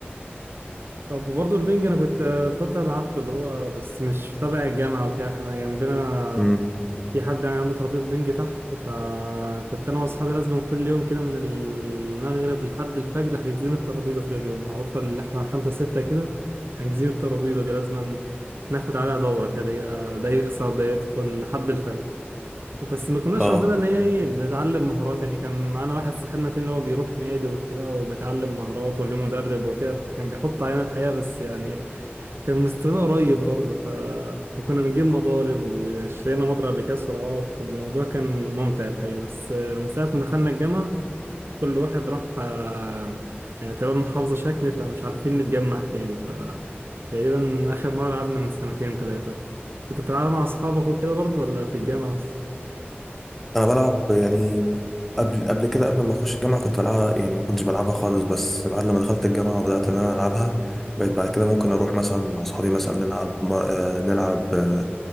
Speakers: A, on the right; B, in the centre.
A: طب برضو البنج انا كنت آه، فتره لعبته اللي هو بس مش تبع الجامعه وكده احنا جنبنا
B: امم
A: في حد يعني عنده ترابيزه بنج تحت فكنت انا واصحابي لازم كل يوم كده من المغرب لحد الفجر حاجزين الترابيزه طول اليوم معروفه اللي احنا خمسه سته كده حاجزين الترابيزه دي لازم ناخد عليها دوره كده يا ده يخسر ده يدخل لحد الفجر وبس ما كناش
B: اه
A: واخدين اللي هي ايه بتعلم مهارات يعني كان معانا واحد صاحبنا تاني اللي هو بيروح نادي وكده وبيتعلم مهارات وليه مدرب وكده كان بيحط علينا الحقيقة بس يعني كان مستوانا قريب برضه ف وكنا بنجيب مضارب واشترينا مضرب لكأس سرعات والموضوع كان ممتع الحقيقة بس من ساعة ما دخلنا الجامعة كل واحد راح آه، يعني تقريبا محافظة شكل فمش عارفين نتجمع تاني ف تقريبا آخر مرة لعبنا من سنتين تلاتة كنت بتلعبها مع أصحابك وكده برضه ولا في الجامعة بس؟
B: انا بلعب يعني قبل قبل كده قبل ما اخش الجامعه كنت بلعبها يعني ما كنتش بلعبها خالص بس بعد لما دخلت الجامعه وبدات ان انا العبها بقيت بعد كده ممكن اروح مثلا مع اصحابي مثلا نلعب م- آه، نلعب آه،